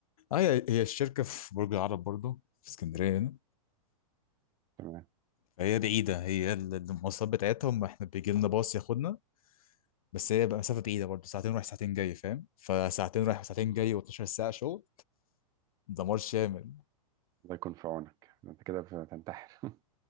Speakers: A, on the left (about 75°); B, on the right (about 20°).
A: هي هي الشركة في برج العرب برضه في اسكندرية هنا
B: تمام
A: فهي بعيدة هي ال- المواصلات بتاعتهم احنا بيجي لنا باص ياخدنا بس هي بقى مسافة بعيدة برضه ساعتين رايح ساعتين جاي فاهم فساعتين رايح وساعتين
B: أمم.
A: جاي و12 ساعة شغل دمار شامل
B: الله يكون في عونك أنت كده بتنتحر